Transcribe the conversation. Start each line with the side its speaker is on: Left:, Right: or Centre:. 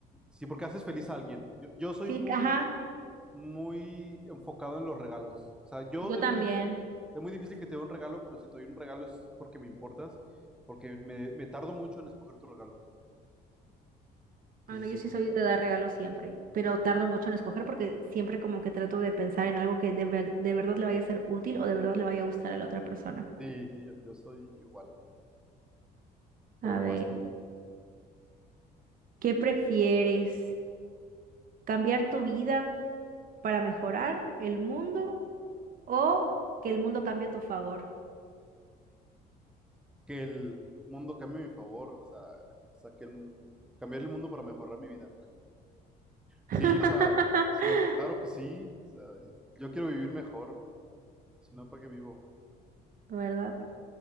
Centre: Sí, porque haces feliz a alguien. Yo, yo soy
Right: sí,
Centre: muy,
Right: ajá,
Centre: muy enfocado en los regalos. O sea, yo
Right: yo
Centre: es
Right: también.
Centre: muy difícil, es muy difícil que te dé un regalo, pero si te doy un regalo es porque me importas, porque me, me tardo mucho en escoger tu regalo. Entonces
Right: Bueno, yo
Centre: sí,
Right: sí soy de dar regalos siempre, pero tardo mucho en escoger porque siempre como que trato de pensar en algo que de ver- de verdad le vaya a ser útil o de verdad le vaya a gustar a la otra persona.
Centre: sí, sí, yo, yo soy igual. Pero
Right: A
Centre: bueno,
Right: ver,
Centre: vas tú.
Right: ¿qué prefieres? ¿Cambiar tu vida para mejorar el mundo o que el mundo cambie a tu favor?
Centre: Que el mundo cambie a mi favor, o sea, o sea, que el- cambiar el mundo para mejorar mi vida. Sí,
Right: <laughs>
Centre: o sea, o sea, claro que sí. O sea, yo quiero vivir mejor, si no, ¿para qué vivo?
Right: ¿Verdad?